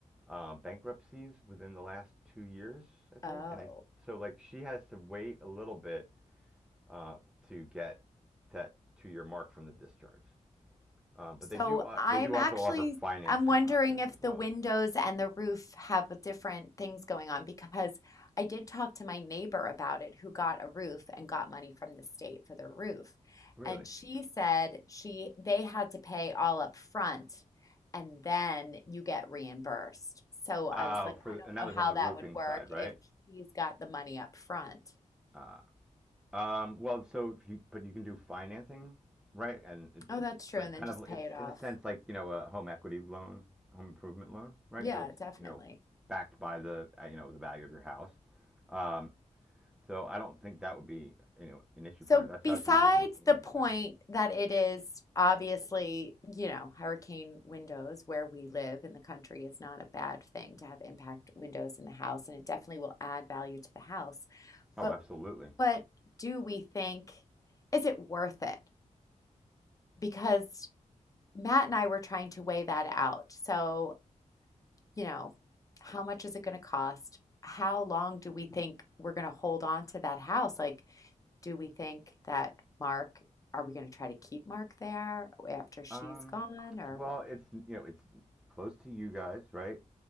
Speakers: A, in the centre; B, on the left (about 25°).
A: uh, bankruptcies within the last two years, I think.
B: Oh.
A: And I so like she has to wait a little bit uh, to get that to your mark from the discharge. Um, but
B: So
A: they do uh,
B: I'm
A: they do
B: actually
A: also offer financing
B: I'm wondering
A: options
B: if
A: as well.
B: the windows and the roof have different things going on because I did talk to my neighbor about it who got a roof and got money from the state for their roof.
A: Really?
B: And she said she they had to pay all up front and then you get reimbursed. So I
A: Uh,
B: was like,
A: for
B: I don't
A: and that
B: know
A: was
B: how
A: on the
B: that
A: roofing
B: would work
A: side, right?
B: if she's got the money up front.
A: Uh, um, well, so if you but you can do financing, right? And it,
B: Oh,
A: it's
B: that's true,
A: like
B: and
A: kind
B: then just
A: of
B: pay
A: it's
B: it off.
A: in a sense like you know a home equity loan, home improvement loan, right?
B: Yeah,
A: So it's
B: definitely.
A: you know backed by the uh, you know the value of your house. Um, so I don't think that would be you know an issue for
B: So,
A: her. That's
B: besides
A: how she was looking at it
B: the
A: in
B: point
A: the. Uh,
B: that it is obviously, you know, hurricane windows where we live in the country is not a bad thing to have impact windows in the house, and it definitely will add value to the house.
A: oh,
B: But
A: absolutely.
B: but do we think is it worth it? Because Matt and I were trying to weigh that out. So, you know, how much is it going to cost? How long do we think we're going to hold on to that house? Like, Do we think that Mark, are we going to try to keep Mark there after she's
A: Um,
B: gone or
A: well,
B: what?
A: it's you know it's close to you guys, right?